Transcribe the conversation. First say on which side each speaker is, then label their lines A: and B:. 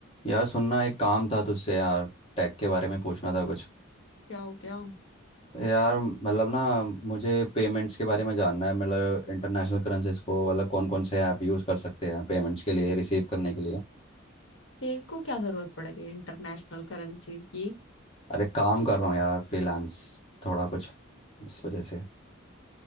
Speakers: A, on the left; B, on the left.
A: यार सुनना एक काम था तुझसे यार टैक के बारे में पूछना था कुछ
B: क्या हो गया
A: यार मतलब ना मुझे पेमेंट्स के बारे में जानना है मतलब इंटरनेशनल करेंसीज को मतलब कौन कौन से ऐप यूज़ कर सकते हैं पेमेंट्स के लिए रिसीव करने के लिए
B: तेरे को क्या जरूरत पड़ गई इंटरनेशनल करेंसी की
A: अरे काम कर रहा हूँ यार फ्रीलांस थोड़ा कुछ इस वजह से